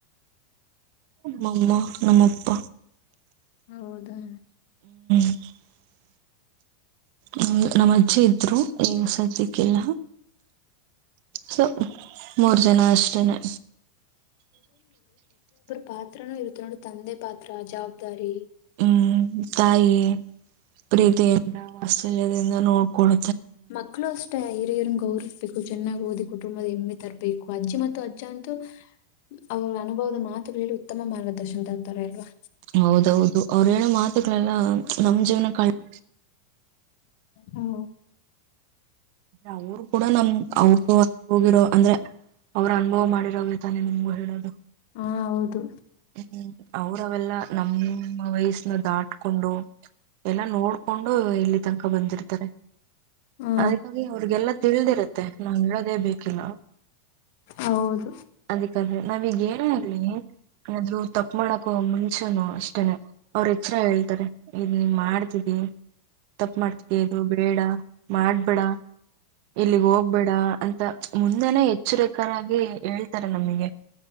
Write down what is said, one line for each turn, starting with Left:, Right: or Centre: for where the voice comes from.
Right: ನಮ್ಮ ಅಮ್ಮ್ ಅಪ್ಪ
Left: ಹೌದಾ
Right: <inaudible> ಹ್ಮ ರಾಮ ಚಿದ್ರು ಈ ಸದ ಕಲ್ಲ ಸ ಮೂರ್ ಜನ ಅಷ್ಟೇನೆ
Left: ಪಾತ್ರನುೂ ಇರುತ್ತ ನೋಡಿ ತಂದೆ ಪಾತ್ರ ಜವಾಬ್ದಾರಿ
Right: ಹ್ಮ್ ತಾಯಿ ಪ್ರೀತಿ ಚದಿಂದ ನೋಡ್ಕೊಳ್ಳ
Left: ಮಕ್ಳು ಅಷ್ಟೇ ಹಿರಿಯ ಗೌವ್ಬೇಕು ಚೆನ್ನಾಗ್ ಓದಿ ಕುಟುಂಬದ ಹೆಮ್ಮೆ ತರಬೇಕು ಅಜ್ಜಿ ಮತ್ತು ಅಜ್ಜ ಅಂತೂ ಅವರ ಅನುಭವದ ಮಾತ್ ಲ್ಲಿ ಉತ್ತಮ ಮಾರ್ಗದರ್ಶನ ತ ಅತರ ಇಲ್ವಾ
Right: ಹೌದೌದು ಅವ್ರ ಹೇಳೋ ಮಾತುಗಳೆಲ್ಲ ನಮ್ ಜೀವನ ಕಳ್
Left: ಹೌ
Right: ಅವರು ಕೂಡ ನಮ್ ಅವರು ಹೋಗಿರೋ ಅಂದ್ರೆ ಅವ್ರರು ಅನುಭವ ಮಾಡಿರೋದೆ ತಾನೆ ನಿಮ್ಗ ಹೇಳದು
Left: ಹಾ ಹೌದು
Right: ಹ್ಮ್ ಅವ್ರ ಅವೆಲ್ಲ ನಮ್ಮ ವಯಸ್ಸನ ದಾಟ್ಕೊಂಡು ಎಲ್ಲಾ ನೋಡ್ಕೊಂಡು ಇಲ್ಲಿ ತನಕ ಬಂದಿರ್ತಾರೆ
Left: ಹಾ
Right: ಅದಕ್ಕಾಗಿ ಅವ್ರಿಗೆಲ್ಲಾ ತಿಳ್ದಿರತ್ತೆ ನಾನ್ ಹೇಳೋದೇ ಬೇಕು ಲ
Left: ಹೌದು
Right: ಅದಕ್ಕೆ ಅದ ನಾ ಗೇರ ಆಗ್ಲಿ <unintelligible> ಆದರುತಪ್ಪು ಮಾಡಕ ಮುಂಚೆನು ಅಷ್ಟೇನೆ ಅವ್ರ ಹೆಚ್ಚರ ಹೇಳ್ತಾರೆ ಇದ್ ನೀ ಮಾಡ್ತಿದಿ ತಪ್ಪ ಮಾಡ್ತಿದಿ ಅದು ಬೇಡ ಮಾಡಬೇಡ ಇಲ್ಲಿಗ್ ಹೋಗ್ಬೇಡ ಅಂತ ಮುಂದೆನೆ ಎಚ್ಚರಿಕರಾಗಿ ಹೇಳ್ತಾರ ನಮಿಗೆ